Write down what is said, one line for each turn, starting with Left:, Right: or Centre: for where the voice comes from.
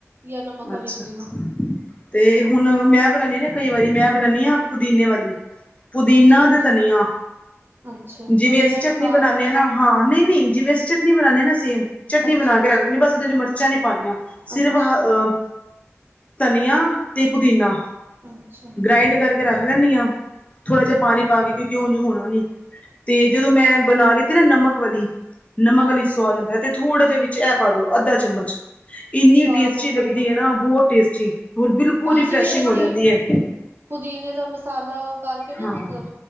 Right: ਜਾਂ ਨਮਕ
Left: ਅੱਛਾ
Right: ਆਲੀ ਪੀ ਲੋ
Left: ਤੇ ਹੁਣ ਮੈਂ ਬਣਾਨੀ ਨਾ ਕਈ ਵਾਰੀ ਮੈਂ ਬਣਾਨੀ ਆਂ ਪੁਦੀਨੇ ਵਾਲੀ ਪੁਦੀਨਾ
Right: ਅੱਛਾ-ਅੱਛਾ,
Left: ਤੇ ਧਨੀਆ
Right: ਅੱਛਾ ਅੱਛਾ,
Left: ਜਿਵੇਂ
Right: ਪੁਦੀਨਾ
Left: ਅਸੀਂ
Right: ਸੁਕਾ
Left: ਚਟਨੀ ਬਣਾਨੇ
Right: ਕੇ
Left: ਹਾਂ ਨਾ ਹਾਂ ਨਹੀਂ ਨਹੀਂ ਜਿਵੇਂ ਅਸੀਂ ਚਟਨੀ ਬਣਾਨੇ ਹਾਂ ਨਾ ਸੇਮ ਚਟਨੀ
Right: ਅੱਛਾ-ਅੱਛਾ,
Left: ਬਣਾ ਕੇ ਰੱਖ ਲੈਨੀ <unintelligible> ਬਸ ਉਹਦੇ ਚ ਮਿਰਚਾਂ ਨੀ ਸਿਰਫ
Right: ਅੱਛਾ,
Left: ਹ ਅਹ ਧਨੀਆ ਤੇ ਪੁਦੀਨਾ
Right: ਅੱਛਾ-ਅੱਛਾ,
Left: ਗ੍ਰਾਇੰਡ ਕਰਕੇ ਰੱਖ ਲੈਨੀ ਆਂ ਥੋੜ੍ਹਾ ਜਿਹਾ ਪਾਣੀ
Right: ਹੂੰ, ਅੱਛਾ।
Left: ਪਾ ਕੇ ਕਿਉਂਕਿ ਉਂਝ ਹੋਣਾ ਨੀ ਤੇ ਜਦੋਂ
Right: ਹਾਂ ਅੱਛਾ।
Left: ਮੈਂ ਬਣਾ ਰਹੀ ਤ <unintelligible> ਨਾ ਨਮਕ ਵਾਲੀ ਨਮਕ ਵਾਲੀ
Right: ਅੱਛਾ
Left: ਸਵਾਦ ਆਉਦਾ ਤੇ ਥੋੜ੍ਹਾ ਜਿਹਾ ਵੀ ਚ ਐਹ ਪਾ ਦੋ ਅੱਧਾ ਚਮਚ ਇੰਨੀ
Right: ਸਵਾਦ
Left: ਟੇਸਟੀ
Right: ਲੱਗਦਾ
Left: ਲੱਗਦੀ
Right: ਹਾਂਜੀ
Left: ਹੈ ਨਾ ਬਹੁਤ ਟੇਸਟੀ ਹੋਰ ਬਿਲਕੁ
Right: ਉਝ
Left: ਰਿਫਰੈਸ਼ਿੰਗ
Right: ਵੀ ਅਸੀਂ
Left: ਹੋ ਜਾਂਦੀ ਹੈ
Right: ਪੁਦੀਨੇ ਦਾ ਮਸਾਲਾ ਉਹ ਕਰ ਕੇ ਨਾ
Left: ਹਾਂ
Right: ਮਤਲਬ